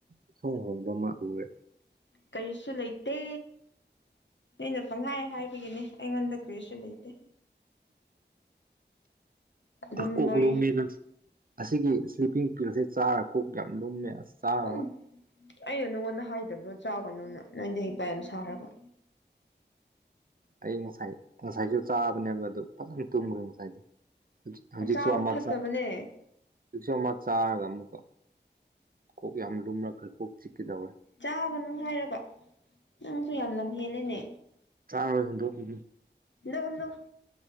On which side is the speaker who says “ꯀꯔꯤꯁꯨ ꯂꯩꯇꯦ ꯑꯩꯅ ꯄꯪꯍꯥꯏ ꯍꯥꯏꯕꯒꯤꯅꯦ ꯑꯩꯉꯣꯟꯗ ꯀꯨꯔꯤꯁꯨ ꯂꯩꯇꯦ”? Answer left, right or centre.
Left